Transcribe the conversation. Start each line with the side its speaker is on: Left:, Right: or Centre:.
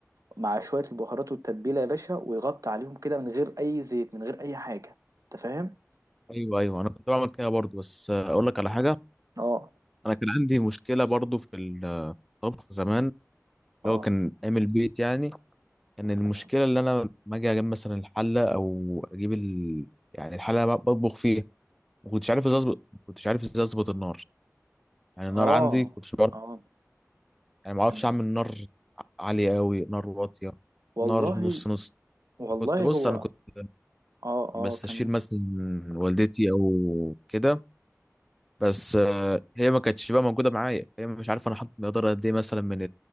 Right: مع شويه البهارات والتتبيله يا باشا ويغطي عليهم كده من غير اي زيت من غير اي حاجه انت فاهم
Centre: ايوه ايوه انا كنت بعمل كده برضو بس آه، اقول لك على حاجه
Right: اه
Centre: انا كان عندي مشكله برضو في الطبخ زمان اللي
Right: اه
Centre: هو كان عامل بيت يعني كان المشكله
Right: تمام
Centre: اللي انا لما اجي اجيب مثلا الحله او اجيب ال... يعني الحله اللي أنا بطبخ فيها ما كنتش عارف ازاي اظبط ما كنتش عارف ازاي اظبط النار يعني
Right: اه
Centre: النار عندي كنتش بعرف
Right: اه
Centre: يعني ما اعرفش
Right: تمام
Centre: اعمل نار عاليه قوي نار واطيه
Right: والله
Centre: نار نص نص
Right: والله
Centre: كنت بص
Right: هو
Centre: انا كنت
Right: اه
Centre: بستشير
Right: اه كمل
Centre: مثلا والدتي او كده بس آه، هي ما كانتش بقى موجوده معايا هي مش عارف انا حاطط مقدار قد ايه مثلا من